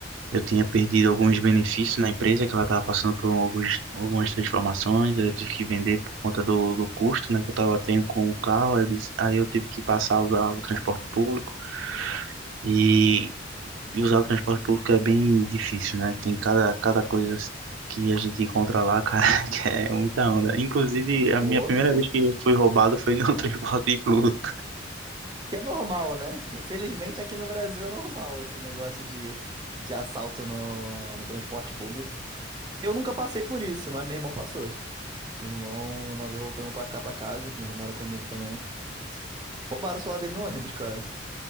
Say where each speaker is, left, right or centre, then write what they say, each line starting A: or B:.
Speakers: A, on the right (about 85°); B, on the right (about 25°).
A: eu tinha perdido alguns benefícios na empresa, que ela estava passando por alguns, algumas transformações, aí eu tive que vender por conta do, do custo, né, que eu estava tendo com o carro, aí eu, disse- aí eu tive que passar a usar o transporte público. E e usar o transporte público é bem difícil, né? Tem cada, cada coisa que a gente encontra lá, cara, <laughs> que é muita onda. Inclusive, a minha
B: Ou,
A: primeira vez que fui roubado foi no <laughs> transporte público.
B: que é normal, né? Infelizmente aqui no Brasil é normal esse negócio de, de assalto no, no transporte público. Eu nunca passei por isso, mas meu irmão passou. Meu irmão, uma vez voltando pra cá, pra casa, que meu irmão mora comigo também, roubaram o celular dele no ônibus, cara.